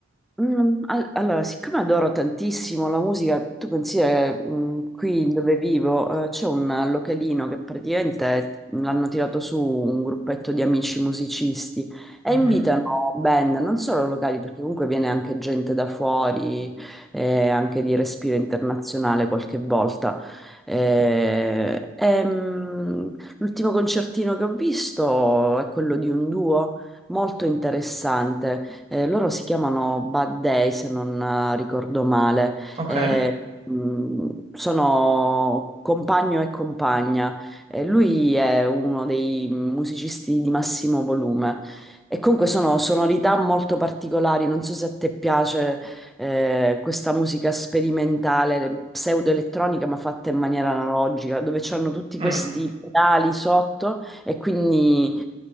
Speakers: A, in the centre; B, on the right.
A: Mm, al- Allora, siccome adoro tantissimo la musica, tu considera, che, mm, qui dove vivo, eh, c'è un localino che praticamente l'hanno tirato su un gruppetto di amici musicisti e
B: Mh-mh.
A: invitano band, non solo locali, perché comunque viene anche gente da fuori, eh, anche di respiro internazionale qualche volta. Eh, e, mm, l'ultimo concertino che ho visto è quello di un duo molto interessante eh, loro si chiamano Bad Day, se non eh, ricordo male.
B: Okay.
A: Eh, mh, sono compagno e compagna. Eh, lui è uno dei musicisti di massimo volume. E comunque sono sonorità molto particolari, non so se a te piace eh, questa musica sperimentale, pseudoelettronica, ma fatta in maniera analogica, dove c'hanno tutti
B: Mh.
A: questi pedali sotto e quindi